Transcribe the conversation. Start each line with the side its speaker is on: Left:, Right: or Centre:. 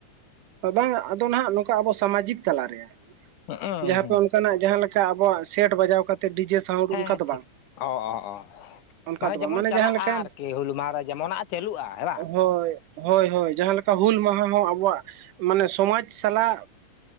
Right: ᱵᱟᱝ ᱟᱫᱚ ᱱᱟᱦᱟᱜ ᱱᱚᱝᱠᱟ ᱟᱵᱚ ᱥᱟᱢᱟᱡᱤᱠ ᱛᱟᱞᱟᱨᱮ
Left: ᱦᱩᱸ
Right: ᱡᱟᱦᱟᱸ
Left: ᱦᱩᱸ
Right: ᱯᱮ ᱚᱱᱠᱟᱱᱟᱜ ᱡᱟᱦᱟᱸ ᱞᱮᱠᱟ ᱠᱟ ᱟᱵᱚᱣᱟᱜ ᱥᱮᱴ ᱵᱟᱡᱟᱣ ᱠᱟᱛᱮ ᱰᱤᱡᱮ ᱥᱟᱣᱩᱱᱰ
Left: ᱦᱮᱸ
Right: ᱚᱱᱠᱟ ᱫᱚ ᱵᱟᱝ
Left: ᱚᱸ ᱚᱸ ᱚᱸ
Right: ᱚᱱᱠᱟ
Left: ᱢᱟᱱᱮ
Right: ᱫᱚ
Left: ᱡᱮᱢᱚᱱ
Right: ᱵᱟᱝ
Left: ᱪᱟᱞᱟᱜᱼᱟ
Right: ᱡᱟᱦᱟᱸ ᱞᱮᱠᱟ
Left: ᱟᱨᱠᱤ ᱦᱩᱞ ᱢᱟᱦᱟ ᱨᱮ ᱡᱮᱢᱚᱱ ᱪᱟᱹᱞᱩᱜᱼᱟ ᱦᱮ ᱵᱟ
Right: ᱦᱳᱭ ᱦᱳᱭ ᱦᱳᱭ ᱡᱟᱦᱟᱸ ᱞᱮᱠᱟ ᱦᱩᱞ ᱢᱟᱦᱟ ᱦᱚᱸ ᱟᱵᱚᱣᱟᱜ ᱢᱟᱱᱮ ᱥᱚᱢᱟᱡ ᱥᱟᱞᱟᱜ